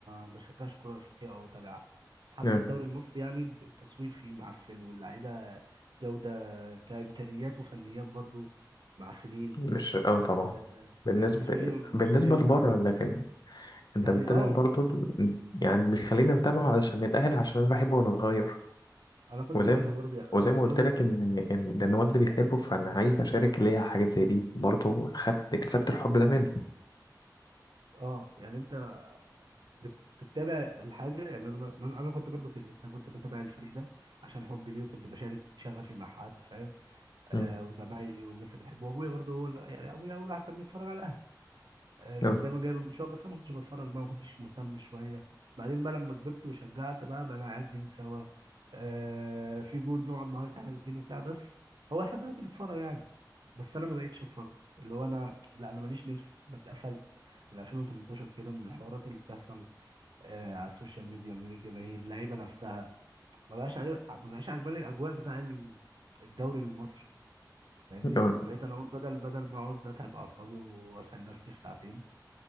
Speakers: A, on the right; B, on the left.
A: ما بشجعش كوره افريقيه او بتابعها حتى
B: مم.
A: الدوري المصري يعني التصوير فيه معفن واللعيبه جوده كامكانيات وفنيات برضو معفنين
B: مش اه طبعا
A: آه،
B: بالنسبة
A: تصوير مش
B: بالنسبة
A: حلو
B: لبره لكن انت
A: يعني
B: بتتابع
A: اه
B: برضه ال- يعني بيخليني اتابعه علشان الاهلي عشان انا بحبه وانا صغير
A: انا كنت
B: وزي
A: كده
B: ما
A: برضو يعني
B: وزي
A: انا
B: ما قلت
A: انا كنت
B: لك ان ان ده الواد اللي بيحبه فانا عايز اشارك ليا حاجات زي دي برضه خدت اكتسبت الحب ده منه
A: اه يعني انت بت- بتتابع الحاجه يعني انا ما- ما- انا كنت برضو كده انا كنت بتابع الفريق ده عشان حبي ليه وكنت بشارك شغفي مع حد فاهم آه
B: مم.
A: وزمايلي والناس اللي بحبه وابويا برضو هو اللي- يعني ابويا اول واحد كان بيتفرج على الاهلي آه كان
B: اه
A: دايما جايب الماتشات بس انا ما كنتش بتفرج بقى ما كنتش مهتم شويه بعدين بقى لما كبرت وشجعت بقى بقى قاعدين سوا آه في جول نقعد نهيص احنا الاثنين وبتاع بس هو لحد دلوقتي بيتفرج يعني بس انا ما بقتش اتفرج اللي هو انا لا انا ماليش نفس ما اتقفلت من 2018 كده من الحوارات اللي بتحصل آه، على السوشيال ميديا من الجماهير اللعيبه نفسها ما بقاش عليه ما بقاش عجباني الاجواء بتاع ال- الدوري المصري فاهمني
B: اه
A: فبقيت انا اقول بدل بدل ما اقعد اتعب اعصابي واسال نفسي في ساعتين